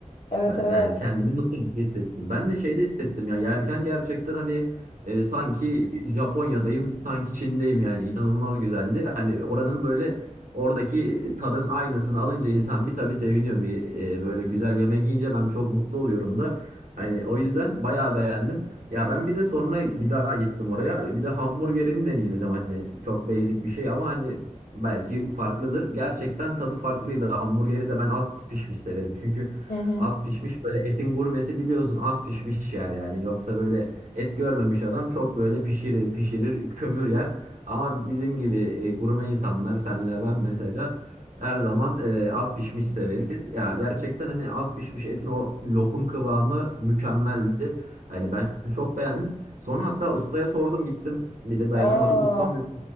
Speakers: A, on the left; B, on the right.
A: Evet
B: Ben,
A: evet.
B: yani kendimi Mısır'da hissettim. Ben de şeyde hissettim ya yerken gerçekten hani e, sanki Japonya'dayım, sanki Çin'deyim yani inanılmaz güzeldi. Yani oranın böyle oradaki tadın aynısını alınca insan bir tabii seviniyor. Bir e, böyle güzel yemek yiyince ben çok mutlu oluyorum da. Hani o yüzden bayağı beğendim. Ya ben bir de sonra bir daha gittim oraya. Bir de hamburgerini deneyimledim. Hani çok basic bir şey ama hani belki farklıdır. Gerçekten tadı farklıydı. Hamburgeri de ben az pişmiş severim. Çünkü
A: Hı hı.
B: Az pişmiş böyle etin gurmesi biliyorsun az pişmiş yer yani. Yoksa böyle et görmemiş adam çok böyle pişirir pişirir kömür yer. Ama bizim gibi e, gurme insanlar senle ben mesela her zaman e, az pişmiş severiz. Ya gerçekten hani az pişmiş etin o lokum kıvamı mükemmeldi. Hani ben çok beğendim. Sonra hatta ustaya sordum gittim bir de dayanamadım.
A: <laughs> Oo,
B: Ustam dedi